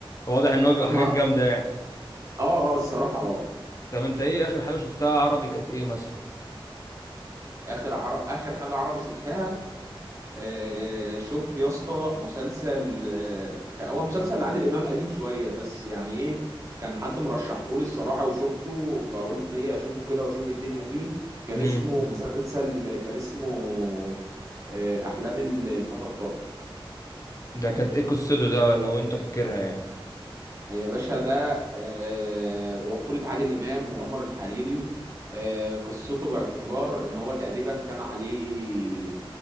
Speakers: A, on the left; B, on the right.
A: واضح ان هو بيبقى حاجات
B: ما
A: جامدة يعني
B: اه اه الصراحة اه
A: طب انت ايه اخر حاجة شفتها عربي كانت ايه مثلا
B: اخر عر... اخر حاجة عربي شفتها آه، شفت يا اسطى مسلسل آه، كان هو مسلسل لعادل امام قديم شويه بس يعني ايه كان حد مرشحه لي الصراحه وشفته فقلت ايه اشوفه كده واشوف إيه الدنيا فيه كان
A: امم
B: اسمه مسلسل كان اسمه آه، احلام الفتى الطائر
A: ده كانت ايه قصته ده لو انت فاكرها يعني
B: يا باشا ده آه، وبطولة عادل امام وعمر الحريري آه، قصته باعتبار ان هو تقريبا كان عليه